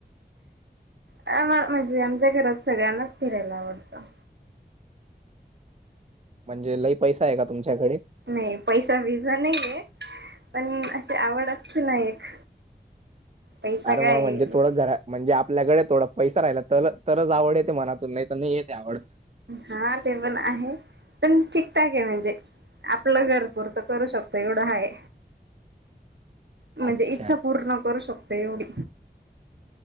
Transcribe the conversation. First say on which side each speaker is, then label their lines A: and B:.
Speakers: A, on the right; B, on the right.
A: ये मं म्हणजे, आमच्या घरात सगळ्यांनाच फिरायला आवडतं.
B: म्हणजे लयी पैसा आहे का तुमच्याकडे?
A: नाही पैसा बिसा नाहीयें- पण अशी आवड असते ना एक. पैसा
B: अर
A: काय
B: मग म्हणजे थोडं घरा - म्हणजे आपल्याकडे थोडा पैसा राहिला तर, तरच आवड येते मनातून. नाही तर नाही येते आवड.
A: हा ते पण आहे. पण ठीकठाक आहे म्हणजे आपलं घर- पुूरत करू शकतो एवढं हाय. म्हणजे
B: अच्छा
A: इच्छा पूर्ण करू शकतो एवढी.